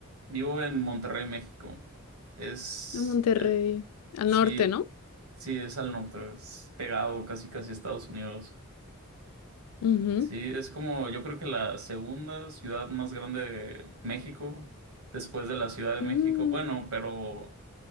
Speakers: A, on the right (about 90°); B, on the left (about 85°).
A: Vivo en Monterrey, México. Es,
B: En Monterrey,
A: eh,
B: al
A: sí,
B: norte, ¿no?
A: sí, es al norte, es pegado casi casi a Estados Unidos.
B: Ujú.
A: Sí, es como yo creo que la segunda ciudad más grande de México, después de la Ciudad de México.
B: Mm,
A: Bueno, pero